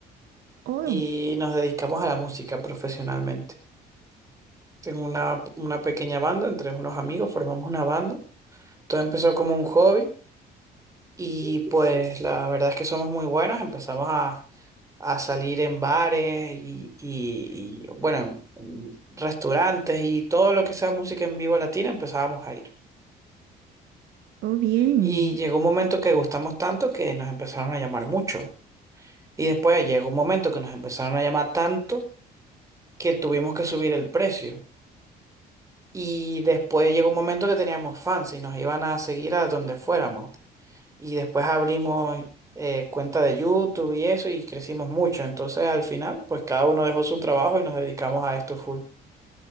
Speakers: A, on the right; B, on the right.
A: Oh,
B: y nos dedicamos a la música profesionalmente. Tengo una, una pequeña banda entre unos amigos, formamos una banda. Todo empezó como un hobby. Y pues la verdad es que somos muy buenos, empezamos a, a salir en bares y, y- y, bueno, en restaurantes y todo lo que sea música en vivo latina empezábamos a ir.
A: oh, bien.
B: Y llegó un momento que gustamos tanto que nos empezaron a llamar mucho. Y después llegó un momento que nos empezaron a llamar tanto que tuvimos que subir el precio. Y después llegó un momento que teníamos fans y nos iban a seguir a donde fuéramos. y después abrimos eh, cuenta de YouTube y eso y crecimos mucho. Entonces al final, pues cada uno dejó su trabajo y nos dedicamos a esto full.